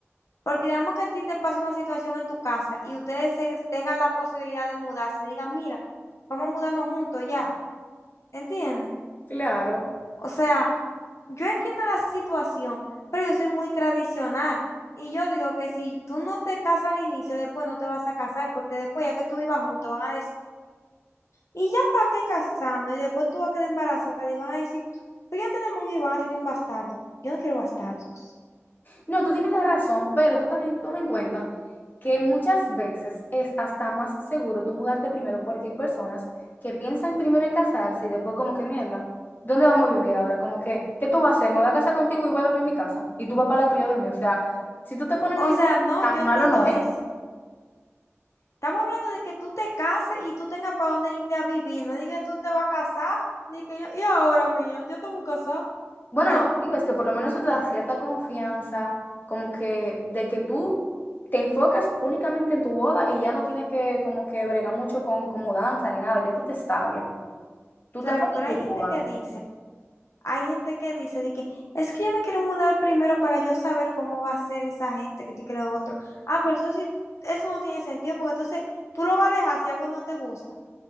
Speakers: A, on the left (about 75°); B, on the left (about 40°).
A: Porque digamos que a ti te pasa una situación en tu casa y ustedes se- tengan la posibilidad de mudarse y digan, mira, vamos a mudarnos juntos ya, ¿entiendes?
B: Claro.
A: O sea, yo entiendo la situación, pero yo soy muy tradicional. Y yo digo que si tú no te casas al inicio, después no te vas a casar, porque después ya que tú vivas juntos van a decir, ¿y ya para qué casarnos? Y después tú vas a quedar embarazada y van a decir, pero ya tenemos un hijo y van a tener un bastardo. Yo no quiero bastardos.
B: No, tú tienes la razón, pero tú también toma en cuenta que muchas veces es hasta más seguro tú mudarte primero porque hay personas que piensan primero en casarse y después como que mierda, ¿dónde vamos a vivir ahora? Como que, ¿qué tú vas a hacer? Me voy a casar contigo y voy a dormir en mi casa y tú vas para la tuya a dormir. O sea, si tú te pones en
A: O
B: el listado,
A: sea, no,
B: tan
A: yo entiendo
B: malo no es.
A: eso. Estamos hablando de que tú te cases y tú tengas para dónde irte a vivir, no digas que tú te vas a casar, de que yo- y ahora mía, yo estamos casados.
B: Bueno,
A: No,
B: lo que digo es que por lo menos eso te da cierta confianza, como que de que tú te enfocas únicamente en tu boda y ya no tienes que como que bregar mucho con, con mudanza ni nada, ya tú te estables. Tú
A: claro,
B: tan fuerte
A: pero
B: en
A: hay
B: tu
A: gente
B: boda.
A: que dice, hay gente que dice de que es que yo me quiero mudar primero para yo saber cómo va a ser esa gente que tiene que lo otro. Ah, pero eso sí, eso no tiene sentido, porque entonces tú lo vas a dejar si algo no te gusta.